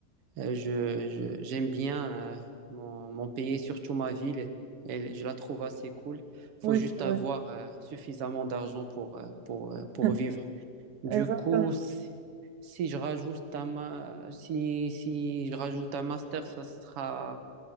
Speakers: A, on the right; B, on the right.
A: Euh, je, je- j'aime bien euh, mon, mon pays, surtout ma ville. Elle- je la trouve assez cool. Faut
B: oui,
A: juste
B: c'est
A: avoir
B: vrai.
A: euh, suffisamment d'argent pour, euh, pour, euh, pour
B: <laughs>
A: vivre. Du
B: Exactement.
A: coup, si, si je rajoute un ma- si, si je rajoute un master, ça sera